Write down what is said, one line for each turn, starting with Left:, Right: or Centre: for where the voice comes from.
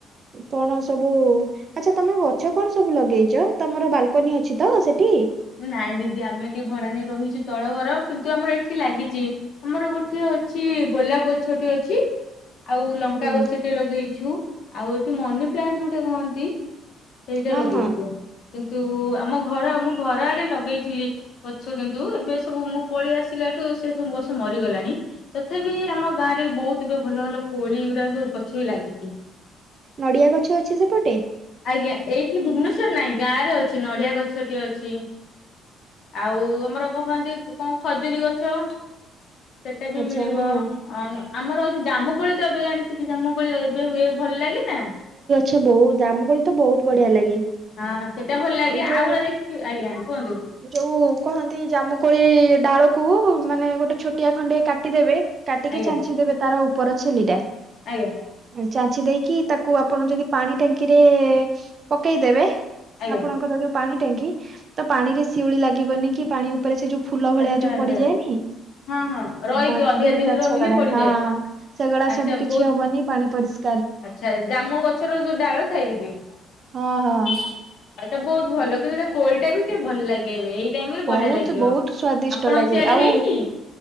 Right: କଣ ସବୁ ଆଚ୍ଛା ତମେ ଗଛ କଣ ସବୁ ଲଗେଇଚ ତମର ବାଲକୋନି ଅଛି ତ ସେଠି।
Left: ନାଇଁ ଦିଦି ଆମେ ଏଠି ଭଡା ନେଇ ରହିଚୁ ତଳ ଘର କିନ୍ତୁ ଆମର ଏଠି ଲାଗିଚି। ଆମର ଗୋଟିଏ ଅଛି ଗୋଲାପ ଗଛଟି ଅଛି। ଆଉ ଲଙ୍କା
Right: ହୁଁ
Left: ଗଛଟେ ଲଗେଇଚୁ ଆଉ ଏଠି ମନି ପ୍ଲାଣ୍ଟ ଗୋଟେ କହନ୍ତି। ସେଇଟା
Right: ହଁ
Left: ଲଗେଇଚୁ
Right: ହଁ
Left: କିନ୍ତୁ ଆମ ଘରେ ଆମ ଘର ଆଡେ ଲଗେଇଥିଲି ଗଛ କିନ୍ତୁ ଏବେ ସବୁ ମୁଁ ପଳେଇ ଆସିଲାଠୁ ସେ ସବୁ ଗଛ ମରିଗଲାଣି। ତଥାପି ଆମ ଗାଁରେ ବୋହୁତ ଏବେ ଭଲ ଭଲ କୋଳିଉରା ସବୁ ଗଛ ବି ଲାଗିଚି।
Right: ନଡ଼ିଆ ଗଛ ଅଛି ସେପଟେ?
Left: ଆଜ୍ଞା ଏଇଠି ଭୁବନେଶ୍ଵର ନାଇଁ ଗାଁରେ ଅଛି ନଡିଆ ଗଛଟେ ଅ ଛି ଆଉ ଆମର କୁହାନ୍ତି କ-କଣ ଖଜିରୀ ଗଛ ସେଟା ବି
Right: ଆଚ୍ଛା
Left: ମିଳିବ
Right: ହଁ
Left: ଆମ ଆମର ଅଛି ଜାମୁକୋଳି ତ ଏବେ ଜାଣିଥିବେ ଜାମୁ କୋଳି ଅ ଏବେ ହୁଏ ଭଲ ଲାଗେ ନା?
Right: ଛେ ବୋହୁତ ଜାମୁକୋଳି ତ ବୋହୁତ ବଢିଆ ଲାଗେ।
Left: ହଁ ସେଇଟା ଭଲ ଲାଗେ
Right: ଏ ଯୋଉ
Left: ଆଉ ଗୁଡା ଦେଖିବେ ଆଜ୍ଞା କୁହନ୍ତୁ।
Right: ଯୋଉ କହନ୍ତି ଜାମୁକୋଳି ଡାଳକୁ ମାନେ ଗୋଟେ ଛୋଟିଆ ଖଣ୍ଡେ କାଟିଦେବେ କାଟିକି
Left: ଆଜ୍ଞା
Right: ଚାଞ୍ଚିଦେବେ ତାର ଉପର ଛେଲିଟା।
Left: ଆଜ୍ଞା
Right: ଏ ଚାଞ୍ଛି ଦେଇକି ତାକୁ ଆପଣ ଯଦି ପାଣି ଟାଙ୍କିରେ ପକେଇଦବେ
Left: ଆଜ୍ଞା
Right: ଆପଣଙ୍କର ଯୋଉ ପାଣି ଟାଙ୍କି ତ ପାଣିରେ ଶିଉଳି ଲାଗିବନି କି ପାଣି ଉପରେ ସେଇ ଯୋଉ ଫୁଲ ଭଳିଆ
Left: ଆଚ୍ଛା
Right: ଯୋଉ
Left: ଆଚ୍ଛା।
Right: ପଡ଼ିଯାଏନି।
Left: ହଁ ହଁ ରହିକି
Right: ହଁ
Left: ଅଧିକା
Right: ସିଉଳି
Left: ଦିନ
Right: ଗଛ
Left: ରହିଲେ
Right: ଗୁଡ଼ା
Left: ପଡିଯାଏ
Right: ହଁ ସେଗୁଡ଼ା
Left: ଆଚ୍ଛା
Right: ସବୁ କିଛି
Left: ବହୁତ
Right: ହବନି ପାଣି ପରିଷ
Left: ଆଚ୍ଛା ଜାମୁ ଗଛର ଯୋଉ ଡାଳ ଥାଏ ଦିଦି।
Right: ହଁ ହଁ।
Left: ଆଉ ଏଟା ବୋହୁତ ଭଲ କିନ୍ତୁ ଏଟା କୋଳିଟା ବି ଟିକେ ଭଲ ଲାଗେ ଏବେ ଏଇ ଟାଇମରେ
Right: ବହୁତ
Left: ବଢିଆ ଲାଗିବ
Right: ବହୁତ ସ୍ଵାଦିଷ୍ଟ
Left: ଆପଣଙ୍କ
Right: ଲାଗେ
Left: ସିଆଡେ
Right: ଆଉ
Left: ହେଇଚି?